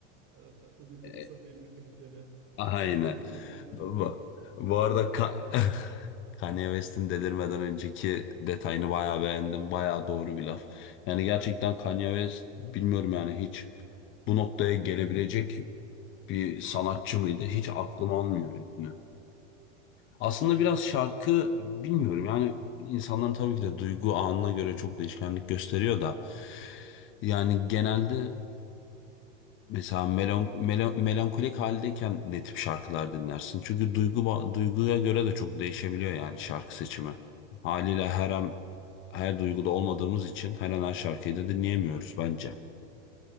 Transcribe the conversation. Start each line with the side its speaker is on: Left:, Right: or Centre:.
Right: e, ödüllü
Left: E,
Right: kısa filmli klipleri <laughs>
Left: Aynen.
Right: zamanında dinlediğimiz
Left: Bu,
Right: onlara
Left: bu arada
Right: falan
Left: Ka-
Right: bakarım yani.
Left: <laughs> Kanye West'in delirmeden önceki detayını bayağı beğendim. Bayağı doğru bir laf. Yani gerçekten Kanye West bilmiyorum yani hiç bu noktaya gelebilecek bir sanatçı mıydı hiç aklım almıyor etmiyor. Aslında biraz şarkı bilmiyorum yani insanların tabii ki de duygu anına göre çok değişkenlik gösteriyor da yani genelde mesela melon, melon- melankolik haldeyken ne tip şarkılar dinlersin? Çünkü duygu ba- duyguya göre de çok değişebiliyor yani şarkı seçimi. Haliyle her an her duyguda olmadığımız için her an her şarkıyı da dinleyemiyoruz bence.